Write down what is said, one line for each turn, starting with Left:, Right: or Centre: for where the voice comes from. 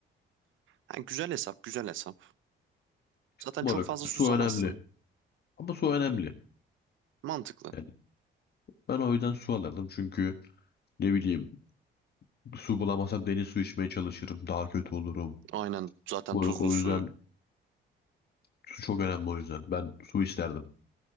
Right: Ha, güzel hesap, güzel hesap. Zaten
Left: Moruk
Right: çok fazla
Left: su
Right: susamazsın.
Left: önemli. Ama su önemli.
Right: Mantıklı.
Left: Yani ben o yüzden su alırdım çünkü ne bileyim su bulamazsam deniz suyu içmeye çalışırım. Daha kötü olurum.
Right: Aynen zaten
Left: Moruk
Right: tuzlu
Left: o
Right: su.
Left: yüzden su çok önemli o yüzden. Ben su isterdim.